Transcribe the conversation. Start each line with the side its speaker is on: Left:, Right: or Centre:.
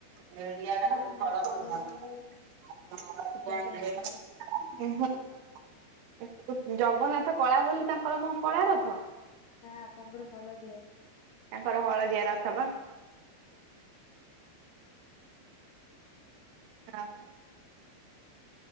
Right: <unintelligible>
Left: ନା ନା କଳା ନାଲି ସୁଭଦ୍ରା ମାଙ୍କର
Right: <unintelligible> ଜଗନ୍ନାଥ କଳା ବୋଲି ତାଙ୍କର କଣ କଳା ରଥ?
Left: ନା ତାଙ୍କର ହଳଦିଆ।
Right: ତାଙ୍କର ହଳଦିଆ ରଥ ପା। ଆଉ